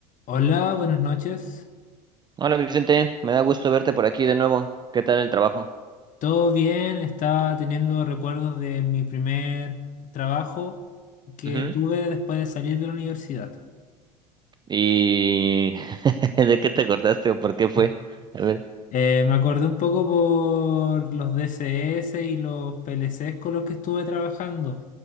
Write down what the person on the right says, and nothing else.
Hola Vicente, me da gusto verte por aquí de nuevo. ¿Qué tal el trabajo?
Ujú.
¿Y <laughs> de qué te acordaste o por qué fue?
A ver.